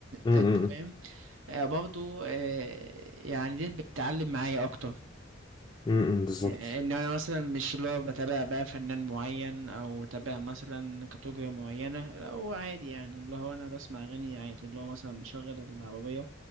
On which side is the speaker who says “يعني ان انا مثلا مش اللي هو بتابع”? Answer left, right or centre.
Right